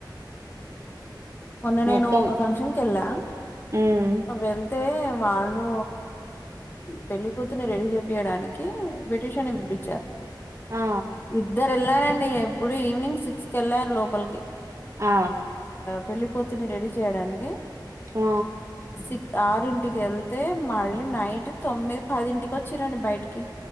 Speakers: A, on the left; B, on the right.
A: మొన్న
B: మొత్తం
A: నేను ఒక ఫంక్షన్ క వెళ్ళా
B: ఉమ్
A: వెళ్తే వాళ్ళు పెళ్లికూతుని రెడీ చెపియడానికి బ్యూటీ సియాన్ ని పిలిపించారు
B: ఆ
A: ఇద్దరు ఎళ్లారండి ఎప్పుడు ఈవినింగ్ సిక్స్ కి వెళ్ళారు లోపలికి
B: ఆ
A: పెళ్లికూతురిని రెడీ చేయడానికి
B: ఆ
A: సి ఆరింటికి వెళ్తే మళ్ళీ నైట్ తొమ్మిది పదింటికి వచ్చిరండి బయటికి